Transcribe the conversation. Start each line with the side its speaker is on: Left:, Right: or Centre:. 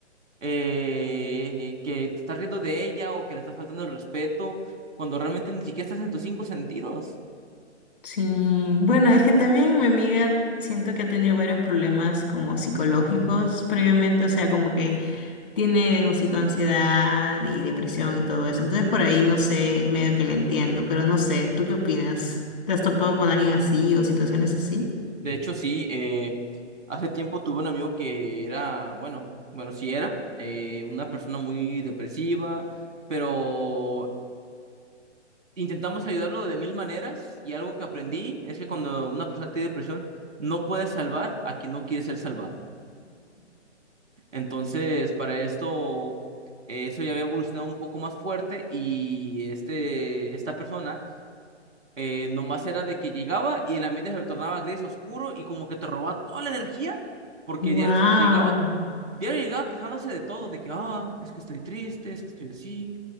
Right: eh, que te estás riendo de ella o que le estás faltando el respeto, cuando realmente ni siquiera estás en tus cinco sentidos.
Left: Sí, bueno, es que también mi amiga siento que ha tenido varios problemas como psicológicos previamente, o sea, como que tiene como psicoansiedad y depresión y todo eso. Entonces por ahí no sé, medio que le entiendo, pero no sé, ¿tú qué opinas? ¿Te has topado con alguien así o situaciones así?
Right: De hecho, sí, eh, hace tiempo tuve un amigo que era, bueno, bueno, sí era, eh, una persona muy depresiva, pero intentamos ayudarlo de mil maneras y algo que aprendí es que cuando una persona tiene depresión, no puedes salvar a quien no quiere ser salvado. Entonces, para esto, eh, eso ya había evolucionado un poco más fuerte y este, esta persona eh, nomás era de que llegaba y el ambiente se lo tornaba gris oscuro y como que te robaba toda la energía porque
Left: Wow.
Right: diario se- llegaba, diario llegaba quejándose de todo, de que, ah, es que estoy triste, es que estoy así.